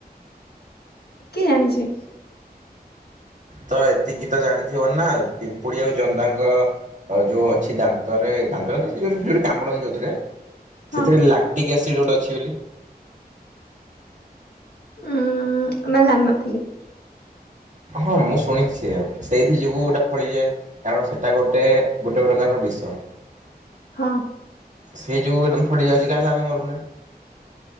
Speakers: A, on the left (about 80°); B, on the right (about 50°).
A: କିଏ ଜାଣିଛି।
B: ତ ଏତିକି ତ ଜାଣିଥିବ ନା ପିମ୍ପୁଡି ଆଉ ଜନ୍ଦାଙ୍କ ଆଉ ଯୋଉ ଅଛି ଦାନ୍ତରେ ଦାନ୍ତ ତ ସେ ଯୋଉ ଯ କାମୁଡନ୍ତି ଯୋଉଥିରେ।
A: ହଁ।
B: ସେଥିରେ ଲାକ୍ଟିକ୍ ଏସିଡ୍ ଗୋଟେ ଅଛି ବୋଲି?
A: ଉଁ ନା ଜାଣିନଥିଲି।
B: ହଁ ମୁଁ ଶୁଣିଛି ସେୟା ସେଇଥି, ଯୋଗୁ ଏଇଟା ଫଳିଯାଏ। କାରଣ ସେଟା ଗୋଟେ ଗୋଟେ ପ୍ରକାରର ବିଷ।
A: ହଁ।
B: ସେଇ ଯୋଉ ଏକଦମ ଫୋଡି ଯାଉଛି କାହିଁ ତ ଆମେ ମରୁନେ।